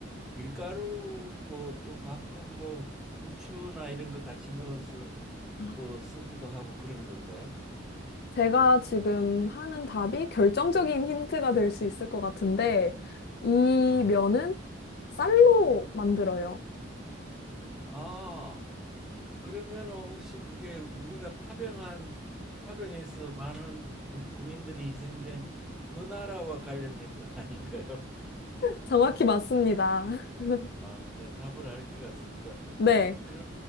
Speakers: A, in the centre; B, on the left.
A: 밀가루고 또 가끔 뭐 부추나 이런 거 같이 넣어서
B: 아,
A: 또 쓰기도 하고 그런 건가요?
B: 제가 지금 하는 답이 결정적인 힌트가 될 수 있을 것 같은데, 이
A: 아,
B: 면은 쌀로 만들어요.
A: 아 그러면은 혹시 그게 우리가 파병한 파병에서 많은 군, 군인들이 희생된 그 나라와 관련된 건 <laughs> 아닌가요?
B: 정확히 맞습니다. <laughs>
A: 아, 네, 답을 알 것 같습니다.
B: 네.
A: 그럼